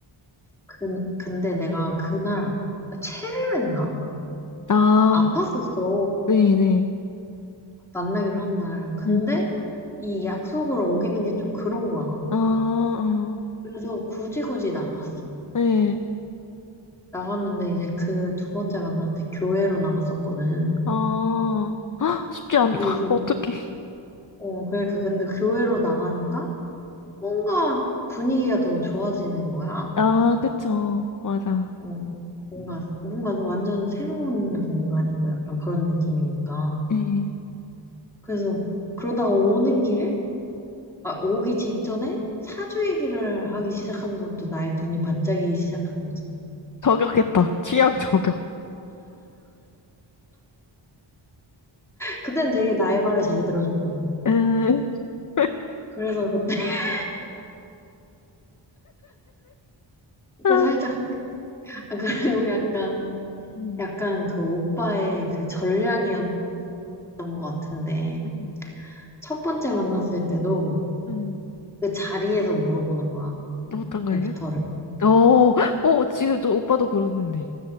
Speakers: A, in the centre; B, on the left.
A: 그, 근데 내가 그날, 체를 했나?
B: 아,
A: 아팠었어.
B: 네네.
A: 만나기로 한 날. 근데
B: 음.
A: 이 약속을 어기는 게 좀 그런 거야.
B: 아, 아,
A: 그래서 굳이 굳이 나갔어.
B: 네.
A: 나갔는데 이제 그 두 번째 만날 때 교회로 나갔었거든.
B: 아, <gasps> 헉, 쉽지 않다.
A: 근데
B: <laughs>
A: 이제,
B: 어떡해.
A: 어, 그러니까 근데 교회로 나가니까 뭔가 분위기가 더 좋아지는 거야.
B: 아, 그쵸. 맞아.
A: 어, 뭔가, 뭔가 완전 새로운 공간이고 약간 그런 느낌이니까.
B: 네.
A: 그래서 그러다가 오는 길에, 아, 오기 직전에 사주 얘기를 하기 시작하면서부터 나의 눈이 반짝이기 시작한 거지.
B: 저격했다. 취향 저격.
A: 그땐 되게 나의 말을 잘 들어줬거든.
B: 음, <laughs>
A: 그래서 그때, <laughs> 그때
B: 아.
A: 살짝 혹, 아, 그리고 약간,
B: 음.
A: 약간 그 오빠의 그 전략이었던 것 같은데,
B: 음,
A: 첫 번째 만났을 때도
B: 음.
A: 그 자리에서 물어보는 거야,
B: 어떤 걸요?
A: 애프터를.
B: 어, 어, 지금 또 오빠도 그러는데.